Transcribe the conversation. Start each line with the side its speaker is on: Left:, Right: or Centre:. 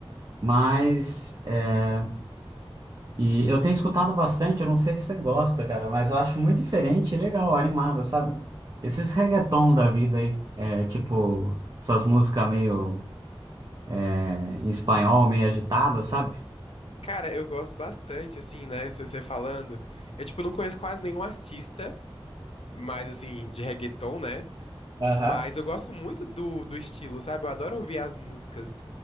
Right: Mas é, e eu tenho escutado bastante, eu não sei se você gosta, cara, mas eu acho muito diferente e legal, animado, sabe? Esses reggaeton da vida aí, é, tipo essas músicas meio é, em espanhol, meio agitadas, sabe?
Left: Cara, eu gosto bastante, assim, né? Você falando. Eu, tipo, não conheço quase nenhum artista, mais assim, de reggaeton, né?
Right: Aham.
Left: Mas eu gosto muito do, do estilo, sabe? Eu adoro ouvir as músicas.